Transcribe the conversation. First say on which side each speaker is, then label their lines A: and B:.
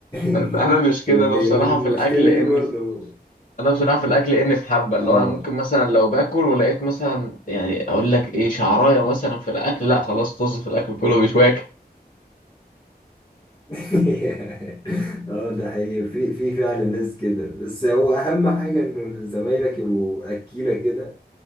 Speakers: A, on the left; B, on the left.
A: انا
B: <laughs>
A: مش كده
B: لأن
A: انا بصراحه
B: المشكلة
A: في الاكل اني
B: دي برضو
A: في انا بصراحه في الاكل اني في حبه اللي
B: اه
A: هو انا ممكن مثلا لو باكل ولقيت مثلا يعني اقول لك ايه شعرايه مثلا في الاكل لا خلاص طز في الاكل كله مش واكل
B: <laughs> اه ده حقيقي في في فعلا ناس كده بس هو أهم حاجة إنه زمايلك يبقوا أكيلة كده